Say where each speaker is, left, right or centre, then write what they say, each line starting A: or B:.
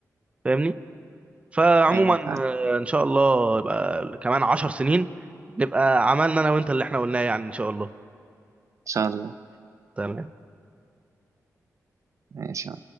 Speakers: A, on the right (about 20°); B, on the right (about 55°).
A: فاهمني فعموما
B: ايوه فعلا
A: آه،
B: ان
A: ان شاء الله يبقى كمان عشر سنين نبقى عملنا انا وانت اللي احنا قلناه يعني ان شاء الله
B: شاء الله
A: تمام
B: ماشي يا